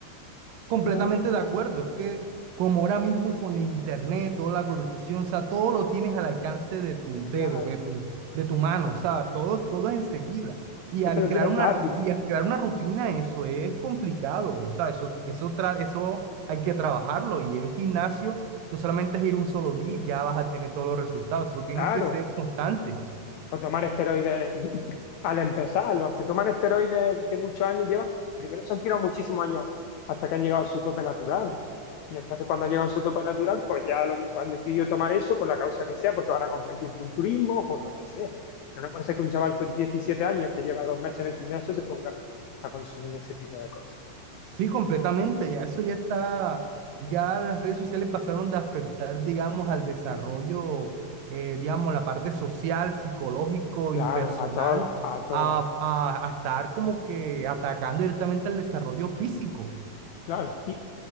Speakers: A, on the right; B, on the left.
A: Completamente
B: No,
A: de acuerdo, es que como ahora mismo con el internet, toda la globalización, o sea, todo lo tienes al alcance de tu
B: claro.
A: dedo, de tu, de tu mano, o sea, todo, todo es enseguida. Y
B: Entonces
A: al
B: lo
A: crear
B: quieren
A: una,
B: rápido.
A: ru- y al crear una rutina, eso es complicado, o sea, eso, eso, tra- eso hay que trabajarlo. Y el gimnasio no solamente es ir un solo día y ya vas a tener todos los resultados, eso tiene
B: Claro.
A: que ser constante.
B: O tomar esteroides <laughs> al empezar. Los que toman esteroides de muchos años llevan, primero se han tirado muchísimos años hasta que han llegado a su tope natural. Y entonces cuando llegan a su tope natural, pues ya lo, pues han decidido tomar eso por la causa que sea, porque van a competir en culturismo o por lo que sea. Pero no puede ser que un chaval con 17 años que lleva dos meses en el gimnasio se ponga a consumir ese tipo de cosas.
A: Sí, completamente. Ya eso ya está, ya las redes sociales pasaron de afectar, digamos, al desarrollo, eh, digamos, la parte social, psicológico
B: Claro,
A: y personal,
B: a todas, a todas.
A: a, a, a estar como que atacando directamente al desarrollo físico.
B: Claro, y